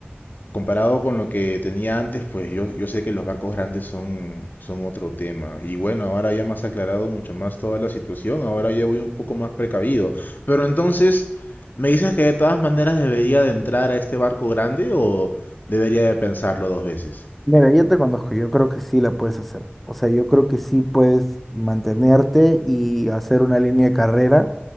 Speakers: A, on the left; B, in the centre.
A: Comparado con lo que tenía antes, pues yo, yo sé que los barcos grandes son, son otro tema. Y bueno, ahora ya me has aclarado mucho más toda la situación, ahora ya voy un poco más precavido. Pero entonces, ¿me dices que de todas maneras debería de entrar a este barco grande o debería de pensarlo dos veces?
B: Mira, yo te conozco, yo creo que sí la puedes hacer. O sea, yo creo que sí puedes mantenerte y hacer una línea de carrera